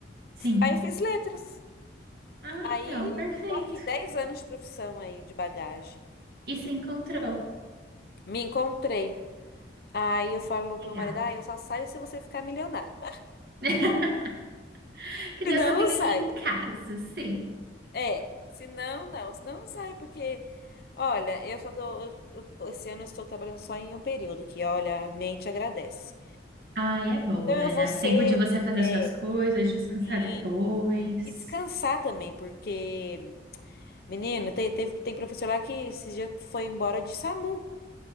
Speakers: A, on the right; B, on the left.
A: Sim.
B: Aí eu fiz letras.
A: Ah,
B: Aí,
A: então, perfeito.
B: tô aqui 10 anos de profissão aí, de bagagem.
A: E se encontrou.
B: Me encontrei. Aí eu falo
A: Legal.
B: pro meu marido, ah, eu só saio se você ficar milionário. <laughs>
A: <laughs> Que
B: Se
A: Deus
B: não,
A: só fica
B: não sai.
A: aqui em casa, sim.
B: É, se não, não. Se não, não sai, porque, olha, eu só dou... eu- eu- esse ano eu estou trabalhando só em um período, que, olha, a mente agradece.
A: Ah, é bom,
B: Então
A: né?
B: eu vou
A: Dá
B: cedo,
A: tempo de você fazer
B: é,
A: suas coisas, descansar
B: sim.
A: depois.
B: E descansar também, porque, menina, tem, teve- tem professor lá que esse dia foi embora de SAMU.